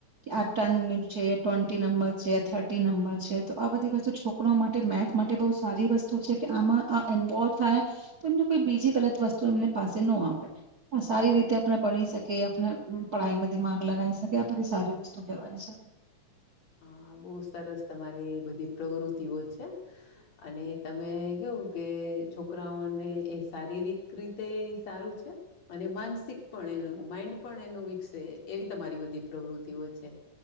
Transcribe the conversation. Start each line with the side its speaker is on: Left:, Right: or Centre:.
Right: કે આ ટન છે ટ્વેન્ટી નંબર છે થર્ટી નંબર છે તો આ બધી વસ્તુ છોકરો માટે મેથ માટે બહુ સારી વસ્તુ છે કે આમાં ઇન્વોલ્વ થાય તો એમને કોઈ બીજી ગલત વસ્તુ એમની પાસે ન આપે આ સારી રીતે આપણે ભણી શકીએ આપણે પાઈમાં દિમાગ લગાવી શકે આ બધી સારી વસ્તુ કહેવાય શ
Left: હા બહુ સરસ તમારી બધી પ્રવૃતિઓ છે અને તમે કેવું કે છોકરાઓને એ શારીરિક રીતે સારું છે અને માનસિક પણ એનું માઈન્ડ પણ એનું વિકસે એવી તમારી બધી પ્રવૃત્તિઓ છે